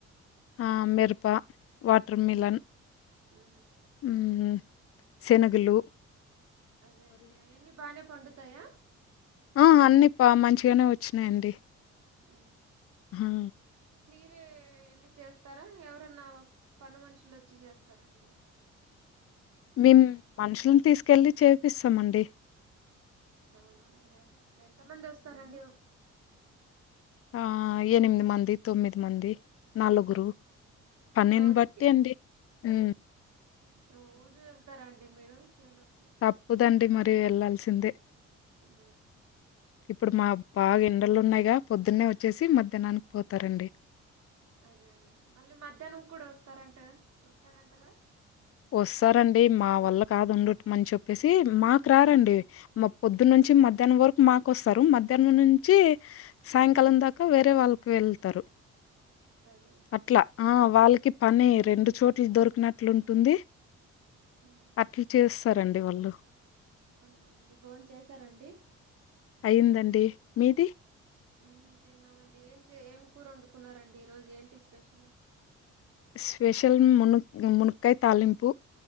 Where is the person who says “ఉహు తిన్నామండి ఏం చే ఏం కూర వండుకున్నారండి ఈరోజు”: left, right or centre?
Right